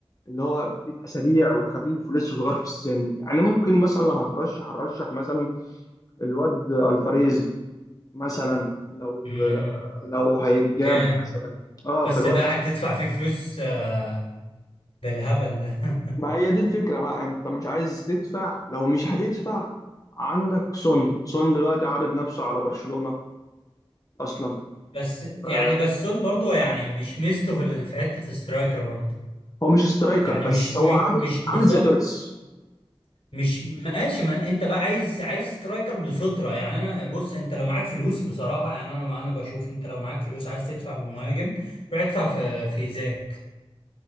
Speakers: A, on the left (about 35°); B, on the left (about 80°).
A: اللي هو بيبقى سريع وخفيف ولسه صغير في السن يعني ممكن مثلا لو هنرشح هنرشح مثلا الواد الفاريز مثلا لو
B: امم
A: لو هيتجاب
B: جامد
A: مثلا اه
B: بس
A: فالواد
B: ده هتدفع فيه فلوس آه بالهبل ده <laughs>
A: ما هي دي الفكرة بقى انت مش عايز تدفع لو مش هتدفع عندك سون سون دلوقتي عارض نفسه على برشلونة اصلا
B: بس يعني
A: آه،
B: بسون برضو يعني مش ميزته في ال- في حته الاسترايكر برضو
A: هو مش سترايكر
B: يعني مش
A: بس
B: م-
A: هو عامل
B: مش بالظبط
A: عامل زي توريس
B: مش ماشي ما انت بقى عايز عايز سترايكر بالفطره يعني انا بص انت لو معاك فلوس بصراحه يعني انا انا بشوف انت لو معاك فلوس عايز تدفع بمهاجم روح ادفع في في ايزاك